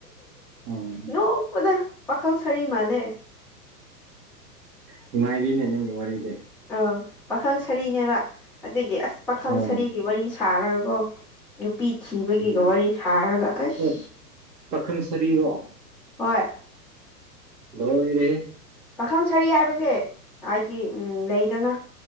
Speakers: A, on the right; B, in the centre.
A: ꯑꯣ
B: ꯅꯣꯛꯄꯗ ꯄꯥꯈꯪ ꯁꯔꯤ ꯃꯥꯜꯂꯦ
A: ꯅꯨꯡꯉꯥꯏꯔꯤꯅꯦ ꯅꯪꯒꯤ ꯋꯥꯔꯤꯗꯤ
B: ꯑ ꯄꯥꯈꯪ ꯁꯥꯔꯤꯅꯦꯕ ꯑꯗꯒꯤ ꯑꯁ ꯄꯥꯈꯪ
A: ꯑꯣ
B: ꯁꯔꯤꯒꯤ ꯋꯥꯔꯤ ꯁꯥꯔꯒ ꯀꯣ ꯅꯨꯄꯤ ꯊꯤꯕꯒꯤꯒ
A: ꯎꯝ
B: ꯋꯥꯔꯤ ꯁꯥꯔꯒ ꯑꯁ
A: ꯑꯣ ꯄꯥꯈꯪ ꯁꯔꯤꯔꯣ
B: ꯍꯣꯏ
A: ꯂꯣꯏꯔꯦꯍꯦ
B: ꯄꯥꯈꯪ ꯁꯔꯤ ꯍꯥꯏꯕꯁꯦ ꯍꯥꯏꯗꯤ ꯎꯝ ꯂꯩ ꯐꯗꯅ